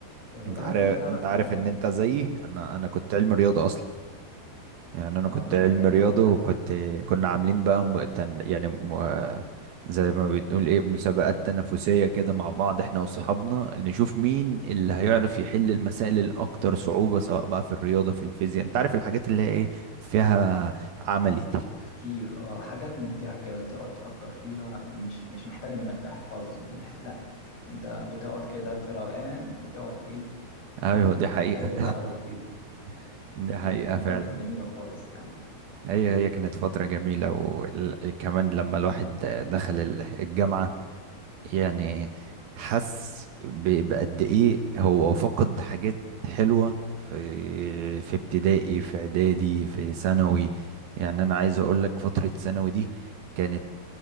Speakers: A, on the left; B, on the right.
A: وبعد
B: انت عارف
A: كده
B: انت عارف
A: يعني
B: ان انت زيي انا انا كنت علم رياضه اصلا يعني انا
A: آه
B: كنت
A: أنا
B: علم
A: لما
B: رياضه
A: دخلت
B: وكنت كنا عاملين بقى م... تن... يعني م... زي ما بتقول ايه مسابقات تنافسيه كده مع بعض احنا واصحابنا اللي نشوف مين اللي هيعرف يحل المسائل الاكتر صعوبه سواء بقى في الرياضه في الفيزياء انت عارف الحاجات اللي هي ايه فيها عملي دي
A: تفكير آه حاجات ممتعة كده تقعد تفكر فيها مش مش محتاجة منك تحفظ ونحت لا أنت بتقعد كده في روقان وتقعد إيه
B: ايوه
A: آه،
B: دي حقيقه
A: تحل بقى وتجيب
B: <laughs> دي
A: كانت
B: حقيقه
A: مواد
B: فعلا
A: جميلة خالص يعني
B: هي هي كانت فتره جميله وكمان لما الواحد دخل الجامعه يعني حس ب- بقد ايه هو فقد حاجات حلوة في في ابتدائي في اعدادي في ثانوي يعني انا عايز اقول لك فترة ثانوي دي كانت